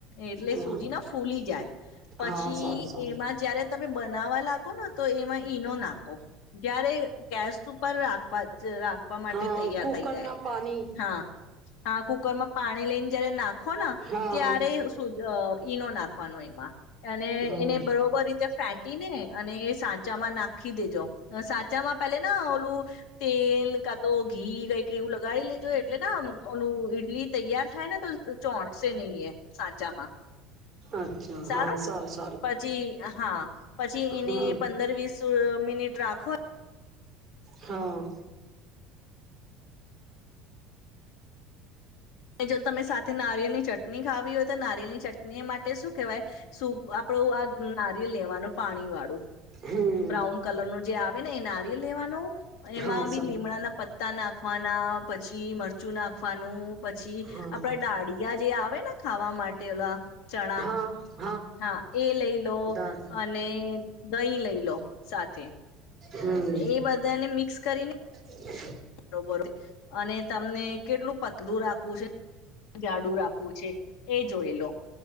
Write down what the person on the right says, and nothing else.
હા
હા
સારું સારું
હા
કુકરના
પાણી
હા
હમ
અચ્છા
હા સાલ.
હમ
હા.
હમ
હા
સર
હા
હા.
દાળ
હમ
હા.